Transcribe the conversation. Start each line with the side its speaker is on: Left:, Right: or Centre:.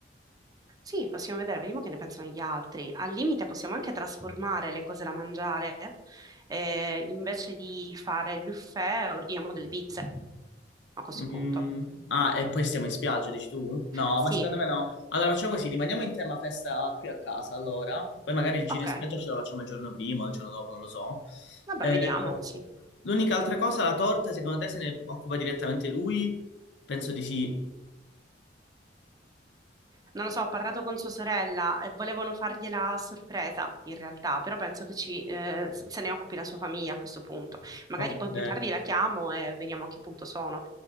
Right: Sì, possiamo vedere, vediamo che ne pensano gli altri. Al limite possiamo anche trasformare le cose da mangiare, eh, invece di fare il buffet ordiniamo delle pizze a questo
Left: Mm,
Right: punto.
Left: ah, e poi stiamo in spiaggia, dici tu? No,
Right: Sì,
Left: ma secondo me no. Allora facciamo così, rimaniamo in tema festa qui a casa, allora. Poi magari il giro
Right: ok,
Left: in spiaggia ce la facciamo il giorno prima o il giorno dopo, non lo so.
Right: vabbè,
Left: Eh,
Right: vediamo, sì.
Left: l'unica altra cosa, la torta, secondo te se ne occupa direttamente lui? Penso di sì.
Right: Non lo so, ho parlato con sua sorella e volevano fargliela a sorpresa in realtà, però penso che ci, eh, se ne occupi la sua famiglia a questo punto. Magari
Left: Ok,
Right: poi più tardi la chiamo e vediamo a che punto sono.